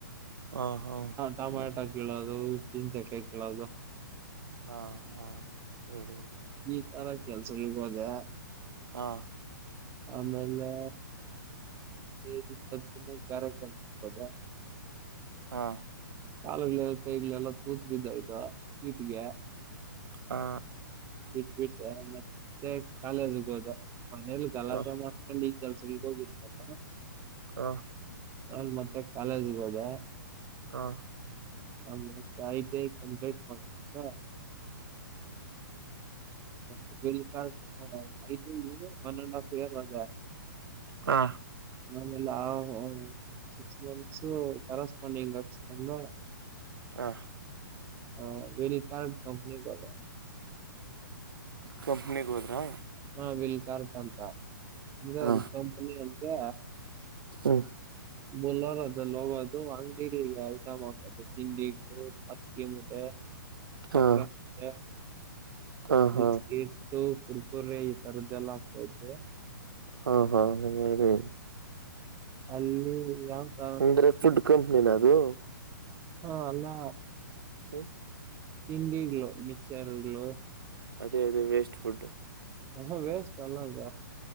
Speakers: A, on the right; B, on the right.
A: ಹ ಹಾ
B: ಟೊಮಾಟೊ ಕೀಳೋದು ಪಿನ್ಸಕಾಯ ಕೀಳೋದು.
A: ಹಾ ಹಾ ಹೇಳಿ ಹೇಳಿ.
B: ಈತರ ಕೆಲ್ಸಗಳಿಗೆಗೋದೆ.
A: ಹಾ
B: ಆಮೇಲೆ. ಬೆಡ್ ಇಪ್ಪತ್ತು ದಿನ ಬ್ಯಾರೆ ಕೆಲಸಕ್ಕ್ ಹೋದೆ.
A: ಹಾ
B: ಕಾಲುಗಳ ಕೈಗಳೆಲ್ಲ ತೂತ್ ಬಿದ್ ಹೋಗಿದ್ದೊ ಹಿಟಿಗೆ.
A: ಹಾ
B: ಬಿಟ್ಬಿಟ್ಟೆ ಮತ್ತೆ ಕಾಲೇಜಗೆ ಹೋದೆ ಮನೇಲಿ ಗಲಾಟೆ
A: ಹ ಹ
B: ಮಾಡ <unintelligible> ಈ ಕೆಲಸಗಳಿಗೆ ಹೋಗಿದ್ನಾಲ.
A: ಹ
B: ಅಮೇಲೆ ಮತ್ತೆ ಕಾಲೇಜ್ಗೆ ಹೋದೆ.
A: ಹಾ
B: ಆಮೇಲೆ ಐಟಿಐ ಕಂಪ್ಲೇಟ್ ಮಾಡ್ಕೊಂಡು ಹ. <unintelligible> ಒನ್ ಅಂಡ್ ಹಾಫ್ ಇಯರ್ ಹೋದೆ.
A: ಹಾ
B: ಆಮೇಲೆ ಆ ಸಿಕ್ಸ್ ಮಂತ್ಸು ಕರೆಸ್ಪಾಂಡಿಂಗ್ ಹಚ್ಕೊಂಡು.
A: ಹಾ
B: ಹ ವೆರಿಕಾರ್ಡ್ ಕಂಪನಿಗೆ ಹೋದೆ.
A: ಕಂಪನಿಗ್ ಹೋದ್ರಾ.
B: ಹಾ ವಿಲ್ಪಾರ್ಕ್ ಅಂತ ಅಂದ್ರೆ
A: ಹ
B: ಅದ ಕಂಪನಿ ಅಂದ್ರೆ.
A: ಹ್ಮ್
B: ಬುಲ್ಲೋರ್ ಅದಲ್ಲ ಹೋಗದು ಅಂಗಡಿಗೆ ಐಟಮ್ ಹಾಕೋದು. ಅದು ತಿಂಡಿಗಳು ಅಕ್ಕಿ ಮೂಟೆ
A: ಹ
B: ಸಕ್ಕರೆ ಮೂಟೆ.
A: ಹ ಹಾ
B: ಬಿಸ್ಕಿಟು ಕುರ್ಕುರೆ ಈ ತರದ್ದೆಲ್ಲ ಹಾಕ್ತಾ ಇದ್ವಿ.
A: ಹಾ ಹಾ ಹಾಂಗ್ಮಾಡಿ.
B: ಅಲ್ಲಿ ಯಾವ ತರ
A: ಅಂದ್ರೆ
B: ತಿನ್
A: ಫುಡ್ ಕಂಪ್ನಿನ ಅದು.
B: ಹಾ ಅಲ್ಲಾ.
A: ಹ್ಮ್
B: ತಿಂಡಿಗ್ಗಳು ಮಿಚಾರಗಳುೋ
A: ಅದೇ ಅದೇ ವೇಸ್ಟ್ಫುಡ್ಡು
B: ಹ ವೇಸ್ಟ್ ಅಲ್ಲಾಗ